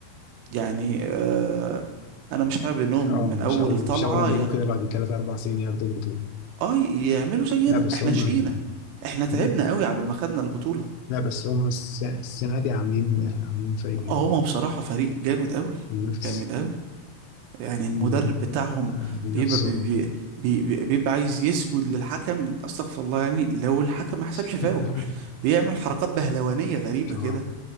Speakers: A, on the right; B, on the left.
A: يعني آه، أنا مش حابب إنهم من
B: اه مش
A: أول
B: اول
A: طلعة
B: مش اول لما
A: ياخدوا
B: يجوا كده بعد ثلاث اربع سنين ياخدوا البطوله
A: اه يعملوا زينا
B: لا بس
A: احنا
B: هم
A: شقينا احنا تعبنا
B: <clears throat>
A: قوي عبال ما خدنا البطولة
B: لا بس هم الس- السنه دي عاملين عاملين فريق جامد
A: اه هما بصراحة فريق جامد قوي
B: بينافس
A: جامد قوي يعني المدرب
B: مم.
A: بتاعهم
B: آه بينافسوا
A: بيبقى بي بي بي بي- بيبقى عايز يسجد للحكم استغفر الله يعني لو الحكم ما حسبش
B: <laughs>
A: فاول بيعمل حركات بهلوانية غريبة كده
B: اه